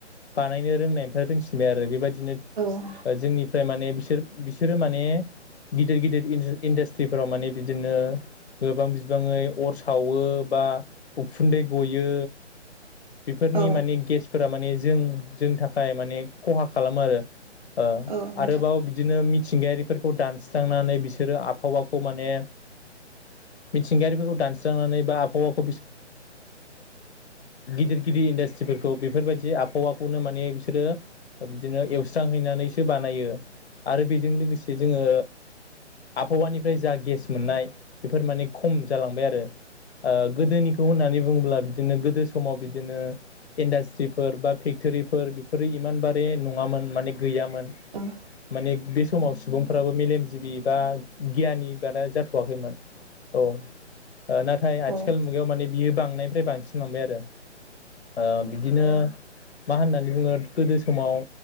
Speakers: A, on the left (about 60°); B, on the right (about 40°).
A: बानायनो रोंनायनिफ्राय रोंसिनबाय आरो बेबायदि बिदिनो
B: औ
A: जोंनिफ्राय माने बिसोर बिसोर बिसोरो माने गिदिर गिदिर इन्डासट्रिफोराव माने बिदिनो गोबां बिबाङै अर सावो बा उखुन्दै गयो। बेफोरनि
B: औ
A: माने गेसफोरा माने जों जोंनि थाखाय माने खहा खालामो आरो। ओ
B: औ नोंथां
A: आरोबाव बिदिनो मिथि थिंगायारिफोरखौ दानस्रांनानै बिसोरो आबहावाखौ माने मिथिंगायारिफोरखौ दानस्रांनानै बा आब गिदर गिदि इडासट्रिफोर खौ बेफोरबायदि आबहावाखौनो माने बिसोरो बिदिनो एवस्रांहैनानैसो बानायो। आरो बेजों लोगोसे जोङो आबहावानिफ्राय जा गेस मोननाय बेफोर माने खम जालांबाय आरो। ओ गोदोनिखौ होननानै बुङोब्ला बिदिनो गोदो समाव बिदिनो इन्डास्ट्रिफोर बा फेक्ट'रिफोर बेफोरो इमान बारे नङामोन माने गैयामोन।
B: ओ ओं
A: माने बे समाव सुबुंफ्राबो मेलेमजिबि बा गियानि बारा जाथ'वाखैमोन औ। ओ नाथाय
B: ओ
A: आथिखाल मुगायाव माने बियो बांनायनिफ्राय बांसिनलांबाय आरो। ओ बिदिनो
B: औ
A: मा होननानै बुङो गोदो समाव